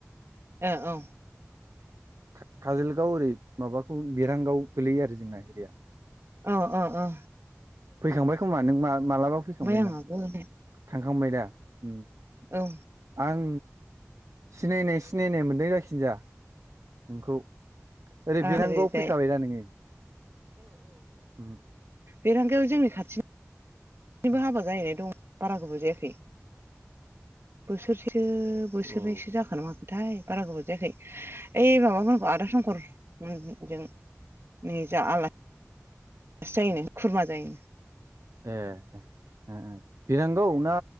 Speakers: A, on the right; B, on the right.
A: ए औ।
B: खा-खाजोलगाव ओरै माबाखौ मिरांगाव गोलैयो आरो जोंना एरिया।
A: ओं अ अ।
B: फैखांबाय खोमा नों मा-मालाबा फैखांबायदां।
A: आं आगोल
B: थांखांबाय दा उम
A: औ
B: आं सिनायनाय सिनायनाय मोन्दों जायखिनजाया नोंखौ। ओरै
A: ओरैजाय
B: बेरांगौआव फैखाबाय दा नोंङो? उम।
A: बेेरंगाया जोंनि खाथि
B: ए
A: हाबा जाहैनाय दं बारा गोबाव जायाखै बोसोरसे सो बोसोरनैसो
B: ओ ओ
A: जाखोना माखो थाय बारा गोबाव जायाखै ओइ माबामोनखौ आदा शंकर मोनजों निजा आला सि जायनो खुरमा जायोनो।
B: ए। ओं ओं बिरांगौ ना